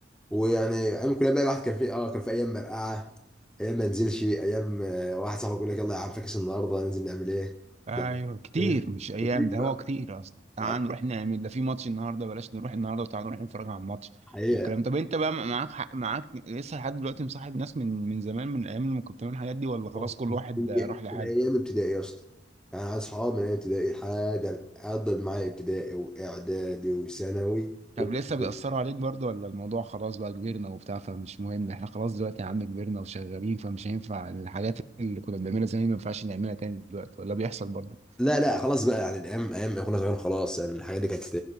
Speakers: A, in the centre; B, on the right (about 35°).
A: ويعني ايام الكليه بقى الواحد كان في اه كان في ايام مرقعه ايام ما نزلش ايام آه، واحد صاحبي يقول لك يلا يا عم فاكس النهارده ننزل نعمل ايه
B: ايوه
A: ده
B: كتير
A: <laughs>
B: مش ايام
A: كتير
B: ده هو كتير اصلا تعال
A: بقى.
B: نروح نعمل ده في ماتش النهارده بلاش نروح النهارده وتعال نروح نتفرج على الماتش
A: حقيقة
B: والكلام طب انت بقى معاك حق معاك لسه لحد دلوقتي مصاحب ناس من من زمان من الايام اللي كنت بتعمل الحاجات دي ولا خلاص
A: أوه.
B: كل واحد
A: هي
B: راح لحاله
A: من ايام ابتدائي يا اسطى يعني أنا اصحاب من ايام ابتدائي لحد عدت معايا ابتدائي واعدادي وثانوي وكلية.
B: طب لسه بيأثروا عليك برضه ولا الموضوع خلاص بقى كبرنا وبتاع فمش مهم احنا خلاص دلوقتي يا عم كبرنا وشغالين فمش هينفع الحاجات اللي كنا بنعملها زمان ما ينفعش نعملها تاني دلوقتي ولا بيحصل برضه
A: لا لا خلاص بقى يعني الايام ايام احنا صغيرين خلاص يعني الحاجات دي كانت